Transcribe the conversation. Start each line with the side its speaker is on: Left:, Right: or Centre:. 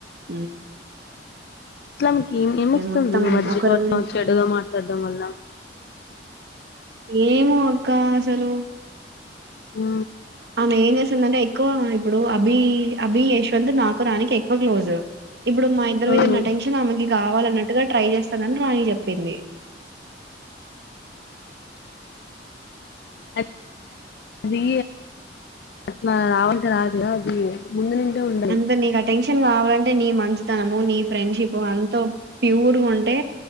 Right: ఉహు
Left: అసలాకి ఏమొస్తుంది
Right: మొత్తం
Left: మధ్యలో
Right: ఒకరి
Left: అట్ల చెడుగా మాట, దొంగలు దొంగ,
Right: ఏమో అక్క అసలు,
Left: ఉ
Right: ఆమె చేసు చేస్తుందంటే ఎక్కువ ఇప్పుడు అభి అభి యశ్వంత్ నాకు రాణికి ఎ ఎక్కువ క్లోజ్, ఇప్పుడు మా ఇద్దరి
Left: అవును
Right: మీద ఉన్న టెషన్ ఆమెకి కావాల, నటుగా ట్రై చేస్తాండు రాణి కి చెప్పింది,
Left: ఆ అది అట్లా రావల్సిన రాదు అది, ముందు నుండే ఉండాలి
Right: అంతే నీకు అటెన్షన్ కావాలంటే నీ మంచితనం, నీ ఫ్రెండ్షిప్ అంత ప్యూర్గా ఉంటే